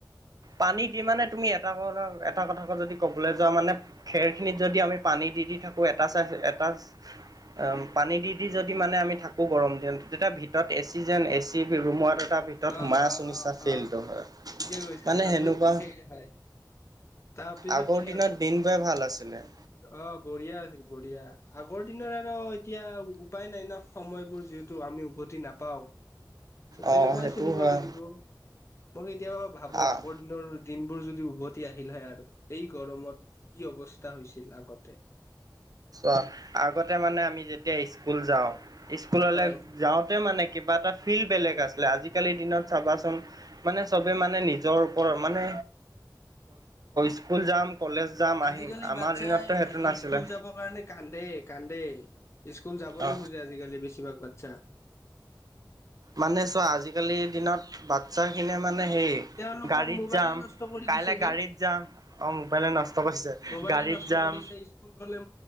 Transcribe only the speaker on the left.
অ
অ
অ
অ
ঠিকে কৈছা
তাৰপিছত
খে হয় তাৰপিছত
খে
অ' বঢ়িয়া আছিল, বঢ়িয়া। আগৰ দিনৰ আৰু এতিয়া উপায় নাই ন। সময়বোৰ যিহেতু আমি উভতি নাপাওঁ। চ'
তেনেকুৱাই
চলিব
লাগিব। মই কেতিয়াবা ভাবো
আগৰ দিনৰ দিনবোৰ যদি উভতি আহিল হয় আৰু এই গৰমত কি অৱস্থা হৈছিল আগতে।
হয়
আজি-কালি
বাচ্ছাই
স্কুল যাব কাৰণে কান্দে-কান্দে। স্কুল যাবই
নোখোজে আজিকালি বেছিভাগ বাচ্ছা।
তেওঁলোকক
মোবাইলে
নষ্ট কৰি
দিছে যে
মোবাইলে
নষ্ট
কৰিছে, স্কুল গলে